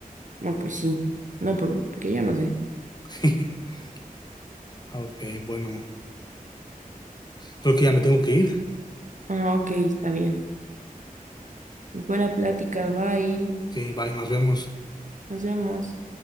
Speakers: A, on the right; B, on the left.
A: No, pues sí, no, por- porque yo no sé.
B: <laughs> Ok, bueno, creo que ya me tengo que ir.
A: Ah, ok, está bien. Buena plática, bye.
B: Sí, bye, nos vemos.
A: Nos vemos.